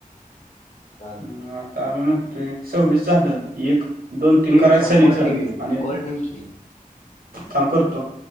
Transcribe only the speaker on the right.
हम् आता मी म्हणतोय सव्वीस झालं की एक दोन तीन
करायच
सनीच
आणि
थांब करतो.